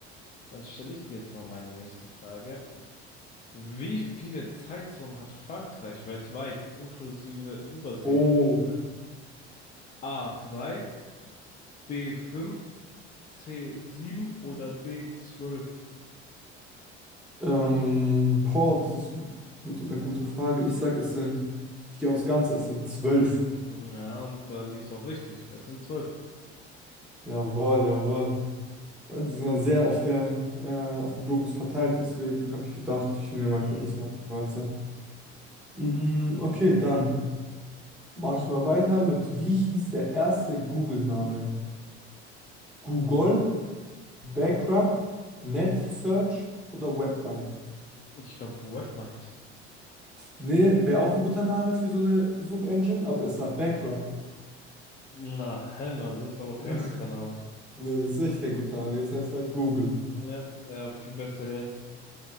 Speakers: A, on the left; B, in the centre.
A: Dann stelle ich dir jetzt mal meine nächste Frage. Wie viele Zeitzonen hat Frankreich weltweit, inklusive Überseegebiete?
B: Oh.
A: A3, b fünf, c sieben oder d zwölf?
B: Ähm, boah, das ist gut, eine gute Frage. Ich sag, es sind, ich gehe aufs Ganze, es sind zwölf.
A: Ja, und da liegt's auch richtig. Es sind zwölf.
B: Jawohl, jawohl. Mann, Die sind ja sehr auf der, äh, auf dem Globus verteilt, deswegen habe ich gedacht, ich nehme
A: Mhm.
B: einfach das Maximalste. Mm, okay, dann mache ich mal weiter mit, wie hieß der erste Google-Name? Google, Backrub, NetSearch oder Webmind.
A: Ich glaube, Webmind.
B: Nee, wäre auch ein guter Name für so eine Suchengine, aber es war Backrub.
A: Na, Hellner, das ist aber kein
B: <laughs>
A: guter Name.
B: Nee, das ist echt kein guter Name. Jetzt heißt es halt Google.
A: Ja, ja, viel besser jetzt.